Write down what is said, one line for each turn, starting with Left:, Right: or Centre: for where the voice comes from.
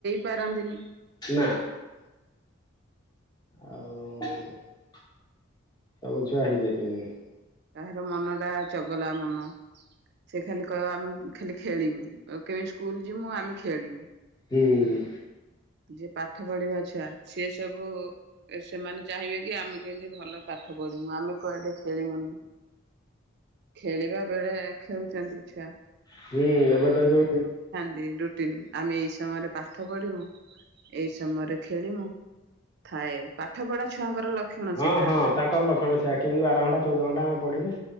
Right: ବାରନ୍ତିନି।
Left: ନା ଆଉ ସବୁ ଛୁଆ ହେଇ ପାରିବେନି।
Right: କାହାର ମନ ଟା ଚଗ ଗଲା ମନ ସେ ଖାଲି କହିବ ଆମେ ଖାଲି ଖେଳିବୁ ଆଉ କେମିତି ସ୍କୁଲ ଯିମୁ ଆମେ ଖେଳିବୁ।
Left: ହୁଁ।
Right: ଯିଏ ପାଠ ପଢିବା ଛୁଆ ସିଏ ସବୁ ସେମାନେ ଚାହିଁବେ କି ଆମେ କେମିତି ଭଲ ପାଠ ପଢିମୁ ଆମେ କୁଆଡେ ଖେଳିମୁନି ଖେଳିବା ବେଳେ ଖେଳୁଛନ୍ତି ଛୁଆ।
Left: ହୁଁ ଏବେ ତ ଯୋଉ
Right: <unintelligible> ଟିନ ଆମେ ଏଇ ସମୟରେ ପାଠ ପଢିବୁ। ଏଇ ସମୟରେ ଖେଳିମୁ ଥାଏ ପାଠ ପଢା ଛୁଆଙ୍କର ଲକ୍ଷଣ
Left: ହଁ
Right: ସେଇଟା
Left: ହଁ
Right: ନା।
Left: ତାଙ୍କର ଲକ୍ଷଣ ସେଇଆ କେମିତି ବାର ଘଣ୍ଟା ଚଉଦ ଘଣ୍ଟା ଆମେ ପଢିମୁ